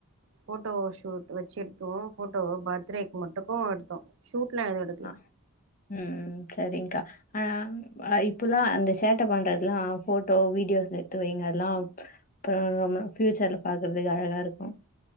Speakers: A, on the right; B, on the left.
A: ஃபோட்டோ ஷூட் வச்செடுத்தோ ஃபோட்டோவ பர்த்டேக்கு மட்டுக்கு எடுத்தோ ஷூட்லா எது எடுக்கல
B: அ ம் சரிங்க்கா ஆ இப்பல்லா அந்த சேட்ட பண்றது எல்லா ஃபோட்டோ வீடியோஸ் எடுத்து வைங்க அதுல்லா அப்புற நம்ம ஃபியூச்சர்ல பாக்குறதுக்கு அழகா இருக்கூ